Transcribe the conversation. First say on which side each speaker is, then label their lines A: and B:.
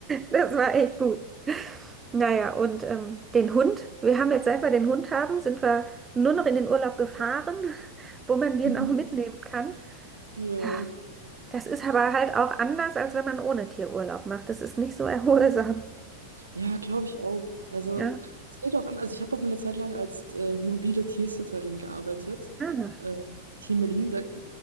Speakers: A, on the right (about 15°); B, on the right (about 75°).
A: Das war echt gut. Naja, und ähm, den Hund, wir haben jetzt, seit wir den Hund haben, sind wir nur noch in den Urlaub gefahren, <laughs> wo man den
B: Mhm.
A: auch mitnehmen kann.
B: Ja.
A: Ja, Das ist aber halt auch anders, als wenn man ohne Tier Urlaub macht. Das ist nicht so erholsam.
B: Ja, glaube ich auch. Also,
A: Ja,
B: es geht auch an. Also, ich habe auch mal eine Zeit lang als äh, mobile Tiersitterin gearbeitet.
A: Ah.
B: Äh, hier in Berlin. Da,